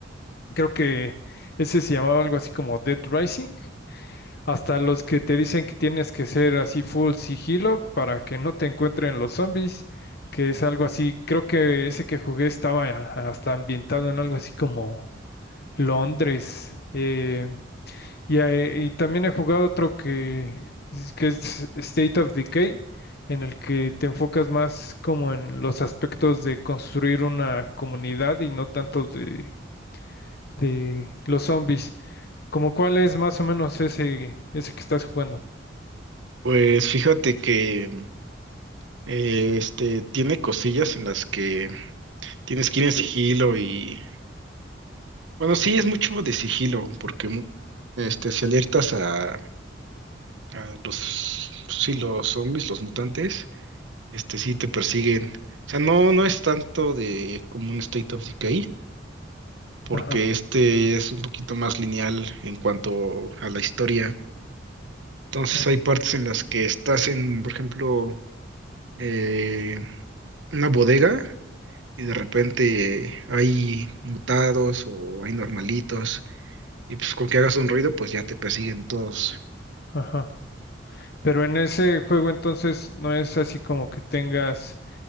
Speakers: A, on the left (about 60°); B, on the right (about 75°).
A: Creo que ese se llamaba algo así como Dead Rising. Hasta los que te dicen que tienes que ser así full sigilo para que no te encuentren los zombies, que es algo así. Creo que ese que jugué estaba hasta ambientado en algo así como Londres. Eh, y, eh, y también he jugado otro que, es- que es State of Decay, en el que te enfocas más como en los aspectos de construir una comunidad y no tanto de, de los zombies. Como cuál es más o menos ese, ese que estás jugando.
B: Pues fíjate que eh, este tiene cosillas en las que tienes que ir en sigilo y Bueno, sí, es mucho de sigilo, porque mm, este, si alertas a, a los, sí, los zombies, los mutantes, este, sí te persiguen. O sea, no, no es tanto de como un State of Decay, porque
A: Ajá,
B: este es un poquito más lineal en cuanto a la historia. Entonces
A: ajá.
B: hay partes en las que estás en, por ejemplo, eh, una bodega y de repente hay mutados o hay normalitos Y pues con que hagas un ruido, pues ya te persiguen todos.
A: ajá. Pero en ese juego entonces no es así como que tengas